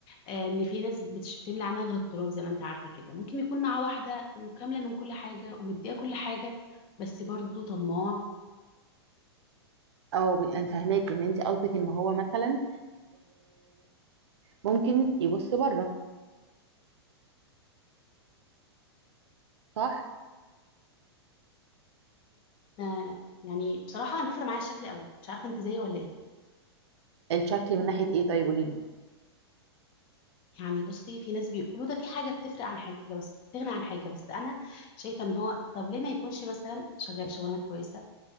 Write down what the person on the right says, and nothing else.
او ب- انا فاهماك ان انت قصدك ان هو مثلا ممكن يبص بره صح
الشكل من ناحية ايه طيب قولي لي